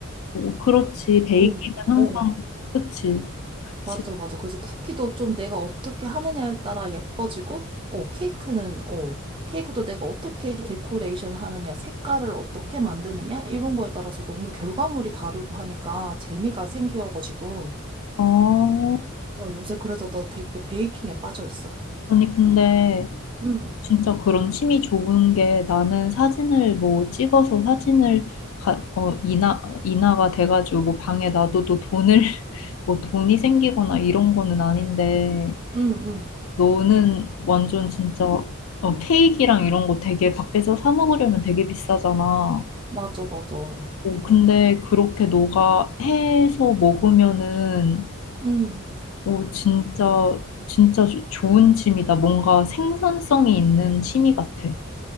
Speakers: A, on the left; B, on the right.
A: 어, 그렇지. 베이킹은
B: 어,
A: 항상,
B: 어.
A: 그치, 그치.
B: 맞아, 맞아. 그래서 쿠키도 좀 내가 어떻게 하느냐에 따라 예뻐지고, 어, 케이크는, 어, 케이크도 내가 어떻게 데코레이션 하느냐, 색깔을 어떻게 만드느냐, 이런 거에 따라서 너무 결과물이 다르고 하니까 재미가 생겨가지고,
A: 어,
B: 어, 요새 그래서 나 되게 베이킹에 빠져 있어.
A: 아니, 근데
B: 응,
A: 진짜 그런 취미 좋은 게 나는 사진을 뭐 찍어서 사진을 가, 어, 인화, 인화가 돼가지고 뭐 방에 놔둬도 돈을, <laughs> 뭐 돈이 생기거나 이런 거는 아닌데,
B: 응, 응.
A: 너는 완전 진짜 어, 케이크랑 이런 거 되게 밖에서 사 먹으려면 되게 비싸잖아.
B: 맞아, 맞아.
A: 어, 근데 그렇게 너가 해서 먹으면은
B: 응.
A: 오, 진짜, 진짜 조- 좋은 취미다. 뭔가 생산성이 있는 취미 같아.